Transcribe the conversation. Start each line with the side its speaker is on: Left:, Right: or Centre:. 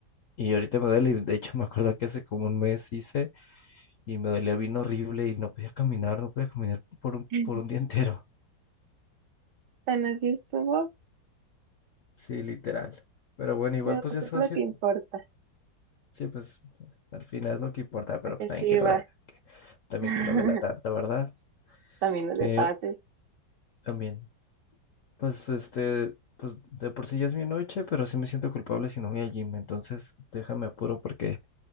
Left: y ahorita me duele. Y de hecho <laughs> me acuerdo que hace como un mes hice y me dolía bien horrible y no podía caminar, no podía caminar por un,
Right: <laughs>
Left: por un día entero.
Right: Tan así estuvo,
Left: Sí, literal. Pero bueno, igual
Right: pero
Left: pues
Right: pues
Left: ya estaba
Right: es lo
Left: haciendo.
Right: que importa,
Left: Sí, pues al final es lo que importa, pero
Right: porque
Left: pues también
Right: sí
Left: que no
Right: va.
Left: da, que- también
Right: <laughs>
Left: que no duela tanto, ¿verdad?
Right: También los de
Left: Eh,
Right: pases.
Left: también. Pues este, pues de por sí ya es mi noche, pero sí me siento culpable si no voy al gym. Entonces déjame apuro porque